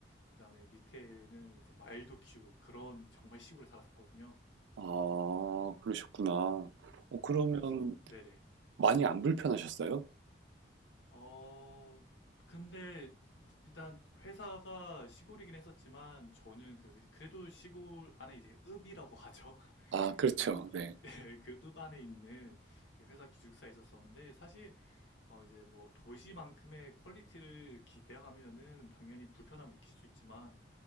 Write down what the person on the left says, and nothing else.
그다음에 밑에는 이제 말도 키우고 그런 정말 시골에 살았었거든요.
그래서 네네
어, 근데 일단 회사가 시골이긴 했었지만 저는 그 그래도 시골 안에 이제 읍이라고 하죠.
<laughs> 그 읍,
<laughs> 그 읍 안에 있는 그 회사 기숙사에 있었었는데 사실 어 이제 뭐 도시만큼의 퀄리티를 기대하면은 당연히 불편함을 느낄 수 있지만